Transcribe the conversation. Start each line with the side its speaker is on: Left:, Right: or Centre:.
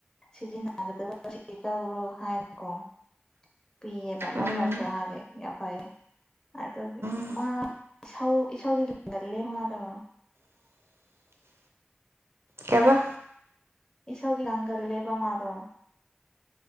Left: ꯁꯤꯖꯤꯟꯅꯒꯗꯕ ꯇꯧꯔꯣ ꯍꯥꯏꯅꯀꯣ ꯄꯤꯌꯦꯕ
Right: ꯎꯝ
Left: ꯃꯔꯛ ꯃꯔꯛꯇ ꯃꯥꯁꯦ ꯌꯥꯝ ꯐꯌꯦꯦ ꯑꯗꯨ
Right: ꯎꯝ
Left: ꯃꯥ ꯏꯁꯧꯗꯤ ꯂꯪꯒꯜꯂꯦ ꯃꯥꯗꯣ
Right: <inaudible> ꯇꯕ
Left: ꯏꯁꯣꯔꯒꯤ ꯂꯥꯡꯒꯜ ꯂꯩꯦꯕ ꯃꯥꯥꯗꯣ